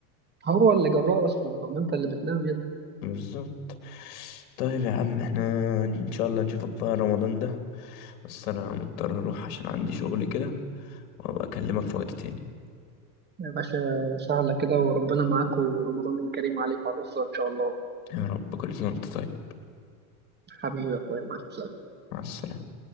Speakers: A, on the right; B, on the left.
A: هو اللي جراه اصلا طب ما انت اللي بتنام يا ابني.
B: بالظبط طيب يا عم احنا ان شاء الله نشوفك بقى رمضان ده بس انا مضطر اروح عشان عندي شغل كده وابقى اكلمك في وقت تاني
A: يا باشا سهله كده وربنا معاك ورمضان كريم عليك وعلى الاسره ان شاء الله
B: يا رب كل سنة وانت طيب
A: حبيبي يا اخويا مع السلامه
B: مع السلامة